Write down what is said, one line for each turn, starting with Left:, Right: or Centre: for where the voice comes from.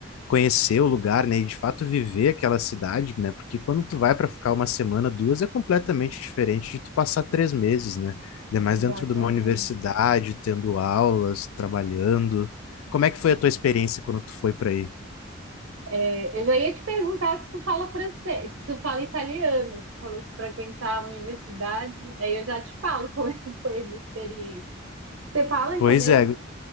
Left: conhecer o lugar, né? E de fato viver aquela cidade, né? Porque quando tu vai para ficar uma semana, duas, é completamente diferente de tu passar três meses, né? Ainda mais
Right: Exatamente.
Left: dentro de uma universidade, tendo aulas, trabalhando. Como é que foi a tua experiência quando tu foi para aí?
Right: É, Eu já ia te perguntar se tu fala francês, se tu fala italiano, tu falou se frequentar a universidade, aí eu já te falo <laughs> como é que foi a minha experiência. Você fala
Left: Pois
Right: italiano?
Left: é,